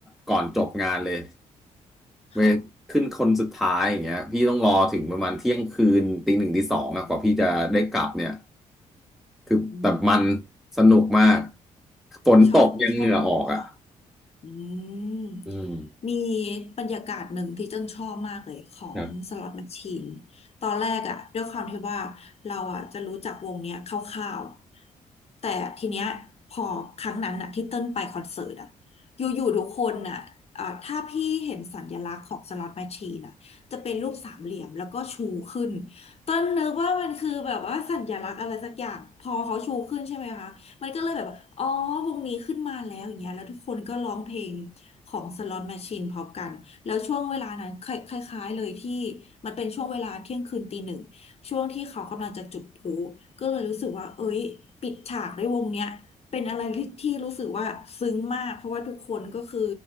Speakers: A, in the centre; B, on the left.
A: ก่อนจบงานเลย เว
B: ค่ะ
A: ขึ้นคนสุดท้ายอย่างเงี้ยพี่ต้องรอถึงประมาณเที่ยงคืนตีหนึ่งตีสองอะกว่าพี่จะได้กลับเนี่ย
B: อืมอืม
A: คือแต่มัน
B: อ
A: สนุกมาก
B: ค่ะ
A: ฝนตกยังเหงื่อออกอ่ะ
B: ชอบที่ชอบค่ะ อืม
A: อืม
B: มีบรรยากาศหนึ่งที่เจ้นชอบมากเลยของสล็อตแมชชีน
A: ครับ
B: ตอนแรกอะด้วยความที่ว่าเราอะจะรู้จักวงเนี้ยคร่าวๆแต่ทีเนี้ยพอครั้งนั้นอะที่เต้นไปคอนเสิร์ตอะอยู่ๆทุกคนอะอ่าถ้าพี่เห็นสัญลักษณ์ของสล็อตแมชชีนอะจะเป็นรูปสามเหลี่ยมแล้วก็ชูขึ้นเต้นนึกว่ามันคือแบบว่าสัญลักษณ์อะไรสักอย่างพอเขาชูขึ้นใช่ไหมคะ มันก็เลยแบบว่าอ๋อวงนี้ขึ้นมาแล้วอย่างเงี้ยแล้วทุกคนก็ร้องเพลงของ Slot Machine พร้อมกันแล้วช่วงเวลานั้นคล้ายคล้ายๆเลยที่มันเป็นช่วงเวลาเที่ยงคืนตีหนึ่งช่วงที่เขากำลังจะจุดพลุก็เลยรู้สึกว่าเอ้ยปิดฉากด้วยวงเนี้ยเป็นอะไรที่ที่รู้สึกว่าซึ้งมากเพราะว่าทุกคนก็คือ